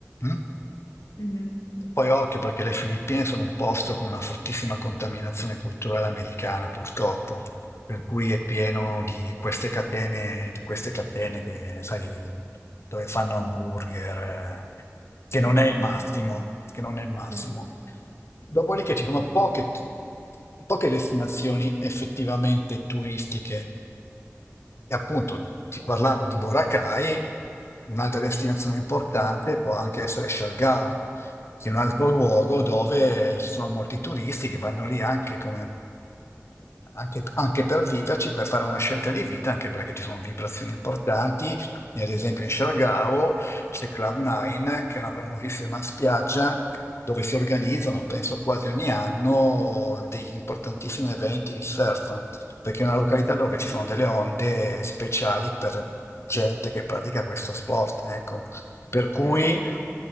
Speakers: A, on the left; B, on the left.
A: mm?
B: Mhm,
A: Poi occhio perché le Filippine sono un posto con una fortissima contaminazione culturale americana, purtroppo, per cui è pieno di queste catene, di queste catene che, sai, dove fanno hamburger, eh, che
B: Certo,
A: non è il massimo, che non è il massimo.
B: certo,
A: Dopodiché ci sono poche, poche destinazioni effettivamente turistiche. E appunto ti parlavo di Boracay, Un'altra destinazione importante può anche essere Siargao, che è un altro luogo
B: ok,
A: dove ci sono molti turisti che vanno lì anche, come- anche- anche per viverci, per fare una scelta di vita, anche perché ci sono vibrazioni importanti. E Ad esempio in Siargao c'è Cloud9, che è una famosissima spiaggia dove si organizzano, penso quasi ogni anno, degli importantissimi eventi di surf perché è una località dove ci sono delle onde speciali per gente che pratica questo sport, ecco. Per cui
B: certo,